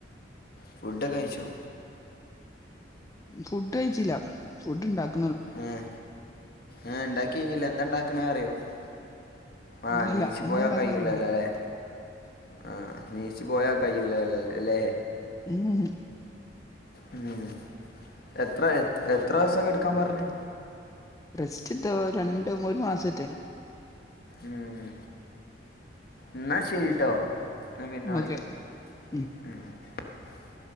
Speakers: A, on the left; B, on the left.
A: ഫുഡ് കഴിച്ചോ
B: ഫുഡ് കഴിച്ചില്ല ഫുഡ് ഉണ്ടാക്ക
A: ഉം ആ ഉണ്ടാക്കി കഴിഞ്ഞില്ല എന്താ ഉണ്ടാക്കണ അറിയോ <inaudible> ആഹ
B: ഇല്ലില്ല
A: നീശി
B: എന്താ
A: പോയോ
B: ഇണ്ടാക്കണ
A: കഴൂലല്ലോ
B: അറിയില്ല
A: അല്ലേ ആഹ നീശി പോയാ കയല്ല അല്ലേ
B: ആന
A: ഉം എത്ര എ എത്ര ദിവസൊക്കെ എടുക്കാൻ പറഞ്ഞു
B: സ്റ്റ് ഇ രണ്ടും ഒരു മാസത്തെ
A: ഉം എന്ന ശരിട്ടോ പിന്നെ വിളിക്കാം
B: ഓക്കെ ഉം
A: ഉ